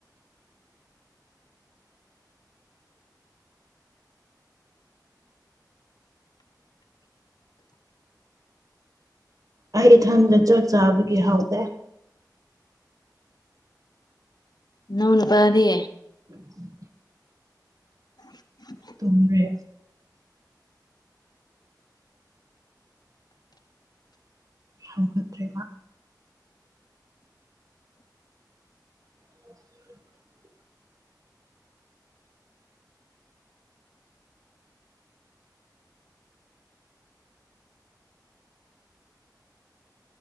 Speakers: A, on the right (about 50°); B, on the left (about 65°).
A: ꯑꯩ ꯏꯊꯟꯗ ꯆꯥꯛ ꯆꯥꯕꯒꯤ ꯍꯧꯗꯦ
B: ꯅꯣꯡ ꯅꯨꯄꯥꯗꯤ
A: ꯎꯝ
B: <inaudible>
A: ꯇꯨꯝꯔꯦ ꯍꯧꯒꯗ꯭ꯔꯦꯕ <unintelligible>